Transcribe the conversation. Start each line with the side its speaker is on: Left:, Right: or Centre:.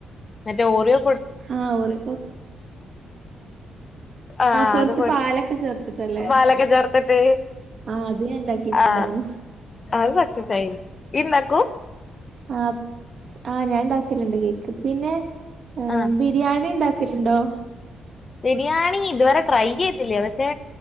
Left: മറ്റേ ഓറിയോ
Right: ആ ഓറിയോ കൊ
Left: ആ
Right: കൊറച്ച്
Left: അത് പൊടി
Right: പാലൊക്കെ ചേർത്തിട്ടല്ലേ?
Left: പാലൊക്കെ ചേർത്തിട്ട്
Right: ആഹ് അത് ഞാൻ ഇണ്ടാക്കിട്ടുണ്ടായിരുന്നു.
Left: ആ അത് സക്സസ്സായി ഈ നട്ട്
Right: ആഹ് ആ ഞാൻണ്ടാക്കല്ണ്ട് കേക്ക് പിന്നെ ഏ
Left: ആഹ്
Right: ബിരിയാണിണ്ടാക്കല്ണ്ടോ
Left: ബിരിയാണി ഇതുവരെ ട്രൈയ്തില്ലേ പക്ഷെ